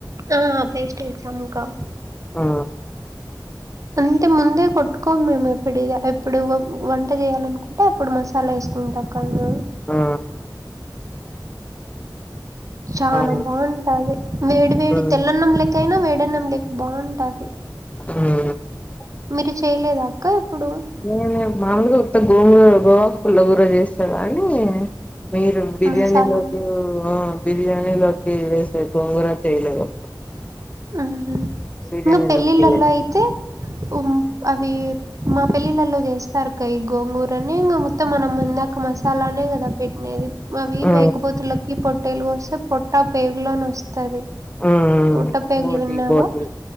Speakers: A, on the right; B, on the left.
A: ఆ పేస్ట్ ఎసాము కా
B: ఆ
A: అంతే ముందే కొట్టుకోము మేము ఎప్పుడిలా ఎప్పుడు వంట చేయాలనుకుంటే అప్పుడు మ సాల చేసుకుంటా అక్క నేను.
B: ఆ
A: చానా
B: అవును
A: బావుంటాది వేడి వేడి
B: ఉమ్
A: తెల్లన్నం లె కైనా వెడన్నం లేకి బావుంటాది.
B: హ్
A: మీరు చేయలేదక్కా ఇప్పుడు
B: నేనే మామూలుగా ఉత్త గోంగూర గోఆకు పుల్లగూర చేసిన కాని మీరు బిర్యానీలోకి
A: మసాలా
B: ఆ బిర్యానీలోకి వేసే గోంగుర చేయలేదు.
A: ఆహా
B: బిర్యానీలోకి
A: ఇంగా పెళ్ళిళ్ళలో
B: తినేది
A: అయితే ఉమ్ అవి మా పెళ్ళిళల్లో చేస్తారు అక్క ఈ గోంగూరని ఇంగా మొత్తం మనం ఇందాక మసాలానే కదా పెట్టినేది. అవి
B: ఆ
A: మేకపోతులకి పొట్టేలు కోస్తే పొట్టా, పేగులని వస్తది.
B: ఆ
A: పొట్ట పేగులు
B: బోటి
A: విన్నావా,
B: బోటి